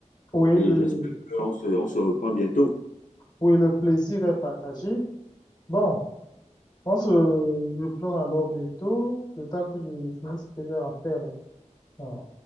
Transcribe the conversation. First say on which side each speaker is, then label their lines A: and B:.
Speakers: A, on the left; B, on the left.
A: oui,
B: et
A: le,
B: j'espère qu'on se, on se reprend bientôt.
A: oui, le plaisir est partagé. Bon, on se reprend alors bientôt, le temps que je finisse ce que j'ai à faire. là. Ah.